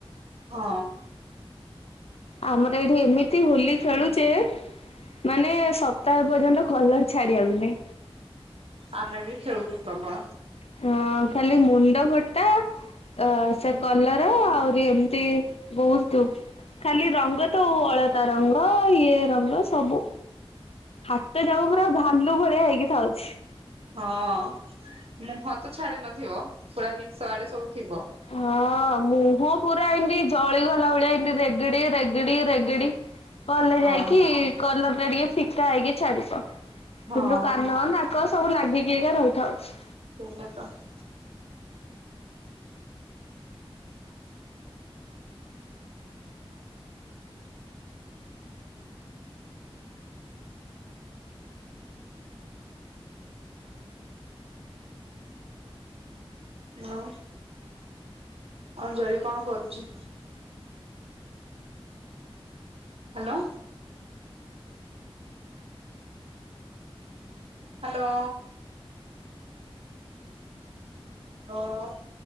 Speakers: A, on the right (about 75°); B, on the left (about 80°).
A: ହଁ।
B: ଆମର ଏଇଠି ଏମିତି ହୋଲି ଖେଳୁଯେ ମାନେ ସପ୍ତାହ ପର୍ଯ୍ୟନ୍ତ କଲର ଛାଡିବାକୁ ନାଇଁ।
A: ଆମେ ବି ଖେଳୁଚୁ ପ୍ରବଳ।
B: ହଁ ଖାଲି ମୁଣ୍ଡ ଫଟା ଅ ସେ କଲର୍ ଆହୁରି ଏମିତି ବହୁତ ଖାଲି ରଙ୍ଗ ତ ଅଳତା ରଙ୍ଗ ଇଏ ରଙ୍ଗ ସବୁ। ହାତ ଯାକ ପୁରା ଭାଲୁ ଭଳିଆ ହେଇକି ଥାଉଚି।
A: ହଁ ମୁହଁ ତ ଛାଡି ନଥିବ ପୁରା ନିଶ ଆଡେ ସବୁ ଥିବ।
B: ହଁ ମୁହଁ ପୁରା ଏମତି ଜଳିଗଲା ଭଳିଆ <unintelligible> ରେଗଡି-ରେଗଡି-ରେଗଡି କଲେ ଯାଇକି
A: ହଁ
B: କଲର ଟା ଟିକେ ଫିକା ହେଇକି ଛାଡିବ।
A: ହଁ
B: କିନ୍ତୁ କାନ ନାକ ସବୁ ଲାଗିକି <unintelligible> ଏକା ରହିଥାଉଛି।
A: <inaudible> ଆଉ ଅଞ୍ଜଳି କଣ କରୁଚି? ହାଲୋ। ହାଲୋ। <unintelligible>